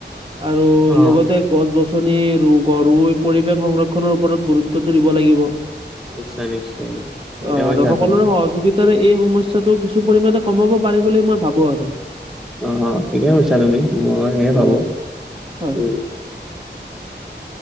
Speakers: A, on the right; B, in the centre.
A: আৰু
B: অ
A: লগতে গছ গছনি ৰু ৰুই পৰিৱেশ সংৰক্ষনৰ ওপৰত গুৰুত্বটো দিব লাগিব।
B: নিশ্চয় নিশ্চয় ঠিকে
A: অ আৰু
B: কৈছা
A: সকলোৰে
B: তুমি
A: সহযোগি তাৰে এই সমস্যটো কিছু পৰিমানে কমাব পাৰি বুলি মই ভাবো আৰু
B: অ অ ঠিকে কৈছা তুমি মই সেয়ে
A: অ
B: ভাবো
A: হয়।
B: উম।